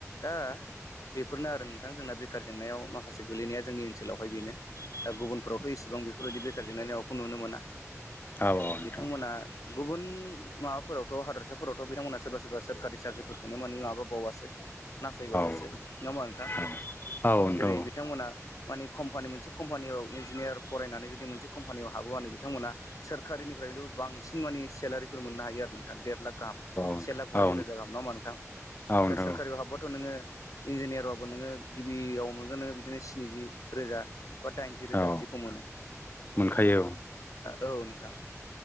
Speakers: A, on the left; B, on the left.
A: दा बेफोरनो आरो नोंथां जोंना बेखार जेंनायाव माखासे गोलैनाया जोंनि ओनसोलावहाय बेनो दा गुबुनफोरावथ' इसेबां बेफोरबायदि बेखार जेंनाय माखौ नुनो मोना
B: औ नोंथां
A: बिथांमोना गुबुन माबाफोरावथ' हादरसाफोरावथ' बिथांमोना सोरबा सोरबा सोरखारि साख्रिफोरखौनो मानिे माबा बावासो नासयबावोसो
B: औ
A: नङा होनबा नोंथां
B: औ
A: जेरै बिथांमोना मानि कम्पानि मोनसे कम्पानियाव इन्जिनियार फरायनानै जुदि मोनसे कम्पानियाव हाबोबानो बिथांमोना सोरखारिनिफ्रायथ' बांसिन मानिे सेलारिफोर मोननो हायो आरो न देर लाख गाहाम
B: नोंथां
A: से लाख बाजि रोजा गाहाम नङा होनबा नोंथां
B: औ नोंथां
A: दा सोरखारि हाब्बाथ' नोङो इन्जिनियारबाबो नोङो गिबियाव मोनगोन नोङो बिदिनो स्निजि रोजा बा दाइनजि रोजा
B: औ
A: बिदिखौ मोनो
B: मोनखायो
A: औ नोंथां